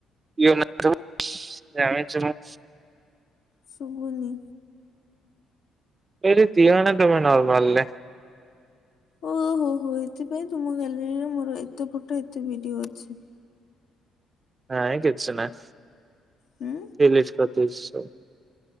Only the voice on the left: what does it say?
ଶୁଭୁନି।
ଓ ହୋ ହୋ ଏଥିପାଇଁ ତୁମ ଗ୍ୟାଲେରୀର ମୋର ଏତେ ଫୋଟୋ ଏତେ ଭିଡିଓ ଅଛି।
ହୁଁ